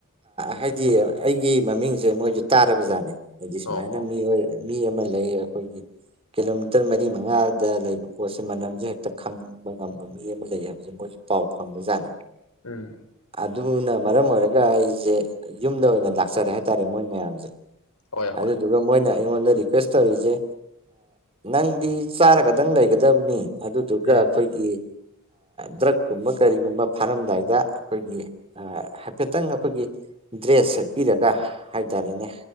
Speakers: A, on the right; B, on the left.
A: ꯍꯥꯏꯗꯤ ꯑꯩꯒꯤ ꯃꯃꯤꯡꯁꯦ ꯃꯣꯏꯁꯨ ꯇꯥꯔꯕ ꯖꯥꯠꯅꯦ ꯍꯥꯏꯗꯤ ꯁꯨꯃꯥꯏꯅ
B: ꯑꯣ ꯑꯣ
A: ꯃꯤꯑꯣꯏ ꯃꯤ ꯑꯃ ꯂꯩ ꯑꯩꯈꯣꯏꯒꯤ ꯀꯤꯂꯣꯃꯤꯇꯔ ꯃꯔꯤ ꯃꯉꯥꯗ ꯂꯩꯕ ꯄꯣꯠꯁꯦ ꯃꯅꯝꯁꯦ ꯍꯦꯛꯇ ꯈꯪꯕ ꯉꯝꯕ ꯃꯤ ꯑꯃ ꯂꯩ ꯍꯥꯏꯕꯁꯦ ꯃꯣꯏ ꯄꯥꯎ ꯐꯪꯕꯖꯅꯤ
B: ꯎꯝ
A: ꯑꯗꯨꯅ ꯃꯔꯝ ꯑꯣꯏꯔꯒ ꯑꯩꯁꯦ ꯌꯨꯝꯗ ꯑꯣꯏꯅ ꯂꯥꯛꯆꯔꯦ ꯍꯥꯏꯇꯥꯔꯦ ꯃꯣꯏ ꯃꯌꯥꯝꯁꯦ
B: ꯍꯣꯏ
A: ꯑꯗꯨ
B: ꯍꯣꯏ
A: ꯑꯗꯨ ꯑꯗꯨꯒ ꯃꯣꯏꯅ ꯑꯩꯉꯣꯟꯗ ꯔꯤꯀ꯭ꯋꯦꯁ ꯇꯧꯔꯤꯁꯦ ꯅꯪꯗꯤ ꯆꯥꯔꯒꯗꯪ ꯂꯩꯒꯗꯕꯅꯤ ꯑꯗꯨꯗꯨꯒ
B: ꯎꯝ
A: ꯑꯩꯈꯣꯏꯒꯤ ꯗ꯭ꯔꯛꯀꯨꯝꯕ ꯀꯔꯤꯒꯨꯝꯕ ꯐꯥꯔꯝꯗꯥꯏꯗ ꯑꯩꯈꯣꯏꯒꯤ ꯍꯥꯏꯐꯦꯠꯇꯪ ꯑꯩꯈꯣꯏꯒꯤ ꯗ꯭ꯔꯦꯁ ꯁꯦꯠꯄꯤꯔꯒ ꯍꯥꯏꯇꯥꯔꯦꯅꯦ